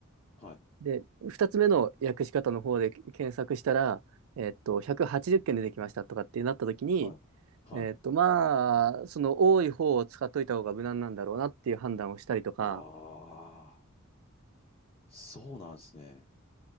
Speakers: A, on the left; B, on the right.
A: はい。
B: で、2つ目の訳し方の方で検索したら、えっと、180件出てきましたとかってなった時に、
A: はい。はい。
B: えっと、まあ、その多い方を使っといた方が無難なんだろうなっていう判断をしたりとか、
A: ああ、そうなんですね。